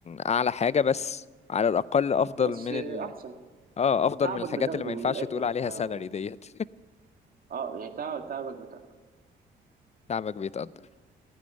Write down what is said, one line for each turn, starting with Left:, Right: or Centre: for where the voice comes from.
Left: اعلى حاجة بس على الاقل افضل
Right: بس
Left: من
Right: آه، احسن
Left: اه افضل
Right: تعبك
Left: من الحاجات
Right: بتاخده
Left: اللي ما ينفعش
Right: من الاخر
Left: تقول عليها
Right: ما
Left: سالري ديت
Right: اه يعني تعب تعبك بتاخده
Left: <laughs> تعبك بيتقدر